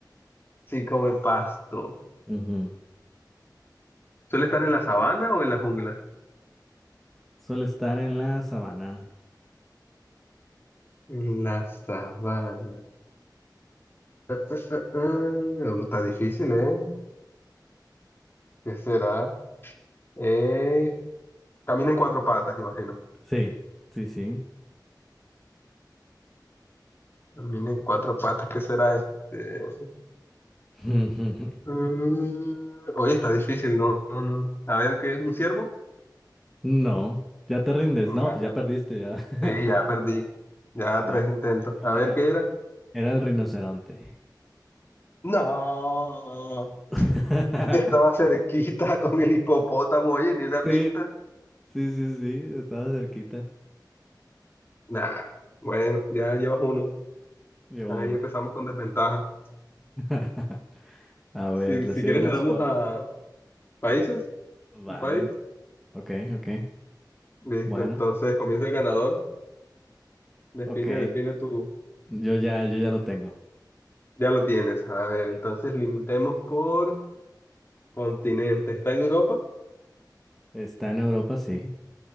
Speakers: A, on the left (about 30°); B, in the centre.
A: sí come pasto.
B: Ujú.
A: ¿Suele estar en la sabana o en la jungla?
B: Suele estar en la sabana.
A: En la sabana. Ah, ah, oh, está difícil, ¿eh? ¿Qué será? Eh, camina en cuatro patas, imagino.
B: Sí, sí, sí.
A: Camina en cuatro patas, ¿qué será este?
B: <laughs>
A: Mm, oye, está difícil, ¿no? No, no. A ver, ¿qué es? ¿Un ciervo?
B: No, ya te rindes.
A: Nah,
B: No, pues ya perdiste ya. <laughs>
A: sí, ya perdí. Ya
B: Sí,
A: tres intentos. A
B: era,
A: ver, ¿qué era?
B: era el rinoceronte.
A: No,
B: <laughs>
A: estaba cerquita <laughs> con el hipopótamo, oye, ni una
B: Sí,
A: pista.
B: sí, sí, sí, estaba cerquita.
A: Nah, bueno, ya llevas uno.
B: Yo
A: Ahí
B: uno.
A: empezamos con desventaja.
B: <laughs> A ver,
A: Si,
B: le
A: si
B: seguimos
A: quieres le damos
B: con...
A: a países,
B: Vale,
A: un país.
B: ok, ok.
A: Listo,
B: Bueno,
A: entonces comienza el ganador. Define,
B: ok.
A: define tu...
B: Yo ya, yo ya lo tengo.
A: Ya lo tienes. A ver,
B: Sí.
A: entonces limitemos por continentes. ¿Está en Europa?
B: Está en Europa, sí.